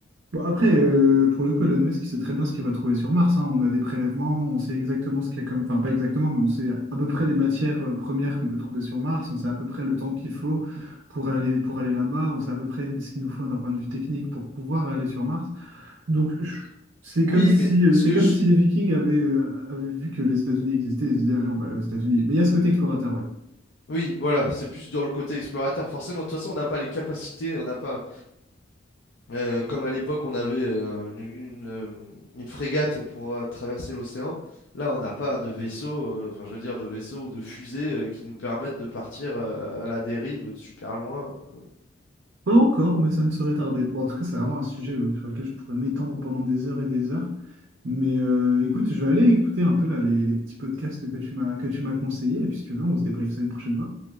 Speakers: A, on the right; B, on the left.
A: Bon, après, euh,
B: Euh,
A: pour le coup, Elon Musk, il sait très bien ce qu'il va trouver sur Mars, hein. On a des prélèvements, on sait exactement ce qu'il y a comme... Enfin, pas exactement, mais on sait à peu près les matières euh, premières qu'on peut trouver sur Mars, on sait à peu près le temps qu'il faut pour aller, pour aller là-bas, on sait à peu près ce qu'il nous faut d'un point de vue technique pour pouvoir aller sur Mars. Donc, je- c'est
B: oui,
A: comme si,
B: mais
A: euh,
B: ce
A: c'est
B: que
A: comme
B: je...
A: si les Vikings avaient, euh, avaient vu que les États-Unis existaient et se disaient, allez, on va aller aux États-Unis. Mais il y a ce côté explorateur, ouais.
B: Oui, voilà, c'est plus dans le côté explorateur. Forcément, de toute façon, on n'a pas les capacités, on n'a pas... Euh, comme à l'époque, on avait euh, une, une, euh, une frégate pour euh, traverser l'océan. Là, on n'a pas de vaisseau, euh, enfin, je veux dire, de vaisseau ou de fusée euh, qui nous permettent de partir euh, à la dérive super loin. Euh,
A: Pas encore, mais ça ne saurait tarder. Bon, en tout cas, c'est vraiment un sujet euh, sur lequel je pourrais m'étendre pendant des heures et des heures. Mais euh, écoute, je vais aller écouter un peu là, les, les petits podcasts que tu m'as que tu m'as conseillés. Et puis, si tu veux, on se débriefe ça une prochaine fois.